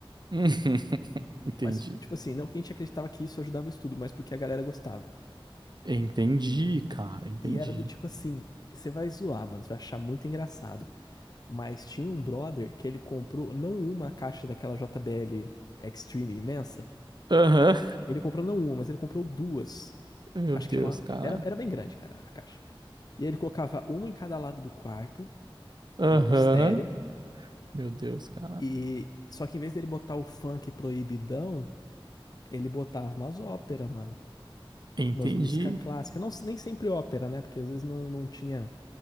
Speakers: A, on the right; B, on the left.
A: Uhum, <laughs> entendi.
B: Mas, tipo assim, não porque a gente acreditava que isso ajudava o estudo, mas porque a galera gostava.
A: Entendi, cara, entendi.
B: E era do tipo assim, você vai zoar, mano, você vai achar muito engraçado. Mas tinha um brother que ele comprou não uma caixa daquela JBL Extreme imensa.
A: Aham,
B: Ele comprou não uma, mas ele comprou duas.
A: Meu
B: Acho
A: Deus,
B: que chamava.
A: cara.
B: Era, era bem grande, cara, a caixa. E aí ele colocava uma em cada lado do quarto,
A: Aham.
B: modo estéreo.
A: Meu Deus, cara.
B: E só que em vez dele botar o funk proibidão, ele botava umas óperas, mano.
A: Entendi.
B: umas músicas clássicas. Não, nem sempre ópera, né? Porque às vezes não, não tinha